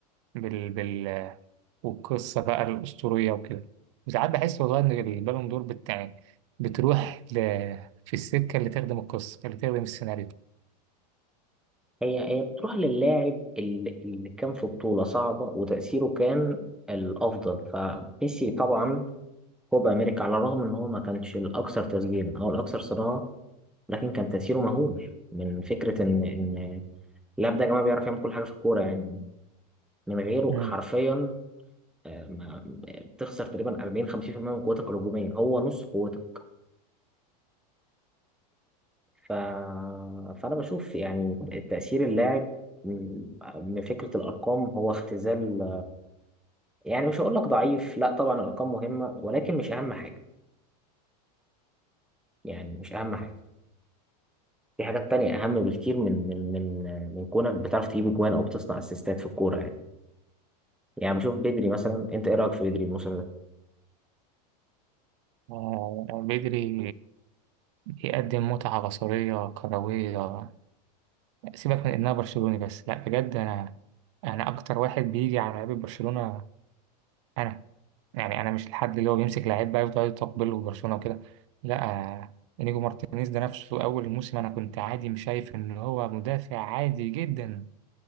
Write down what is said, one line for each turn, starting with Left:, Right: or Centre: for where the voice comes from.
Right: بال بال والقصة بقى الأسطورية وكده وساعات بحس والله إن البالون دور بتاع بتروح ل... في السكة اللي تخدم القصة اللي تخدم السيناريو
Centre: هي هي بتروح للاعب اللي, اللي كان في بطولة صعبة وتأثيره كان الأفضل فميسي طبعا كوبا أمريكا على الرغم إن هو ما كانش الأكثر تسجيلا أو الأكثر صناعة لكن كان تأثيره مهول من فكرة إن إن اللاعب ده يا جماعة بيعرف يعمل كل حاجة في الكورة يعني من غيره
Right: مم.
Centre: حرفيا آه، ما- بتخسر تقريبا 40 50% من قوتك الهجومية هو نص قوتك ف... فأنا بشوف يعني تأثير اللاعب م- من فكرة الأرقام هو اختزال يعني مش هقول لك ضعيف لا طبعا الأرقام مهمة ولكن مش أهم حاجة يعني مش أهم حاجة في حاجات تانية أهم بكتير من من من من كونك بتعرف تجيب أجوان أو بتصنع أسيستات في الكورة يعني يعني بشوف بدري مثلا أنت إيه رأيك في بدري الموسم ده؟
Right: آه، بدري يقدم متعة بصرية كروية سيبك من إنها برشلوني بس لا بجد أنا أنا أكتر واحد بيجي على لعيبة برشلونة أنا يعني أنا مش الحد اللي هو بيمسك لعيب بقى يفضل يطبل له برشلونة وكده لا آه، إنيجو مارتينيز ده نفسه أول الموسم أنا كنت عادي مش شايف إن هو مدافع عادي جدا